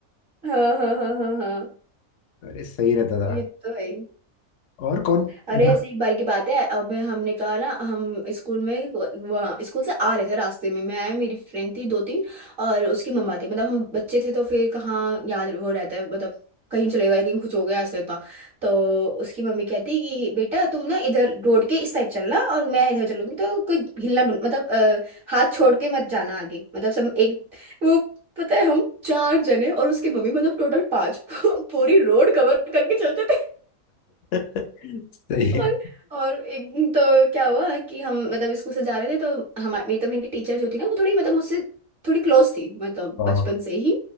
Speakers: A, on the right (about 45°); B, on the left (about 65°).
A: हाँ हाँ हाँ हाँ हाँ
B: अरे सही रहता था
A: ये तो है ही।
B: और कौन
A: अरे
B: <laughs>
A: ऐसे एक बार की बात है अब मैं हमने कहा ना हम स्कूल में वहाँ स्कूल से आ रहे थे रास्ते में मैं आया मेरी फ्रेंड थी दो तीन और उसकी मम्मा थी मतलब हम बच्चे थे तो फिर कहाँ याद वो रहता है मतलब कहीं चले गए कहीं कुछ हो गया ऐसे होता तो उसकी मम्मी कहती कि बेटा तुम ना इधर रोड के इस साइड चलना और मैं इधर चलूंगी तो कोई हिलना डुल- मतलब अ, हाथ छोड़ के मत जाना आगे मतलब सब एक वो पता है हम चार जने और उसकी मम्मी मतलब टोटल पांच <laughs> पूरी रोड कवर करके चलते थे
B: सही है
A: और और एक दिन तो क्या हुआ कि हम मतलब स्कूल से जा रहे थे तो हमारी तो मेरी टीचर जो थी ना वो थोड़ी मतलब मुझसे थोड़ी क्लोज थी मतलब
B: हाँ
A: बचपन
B: हाँ,
A: से ही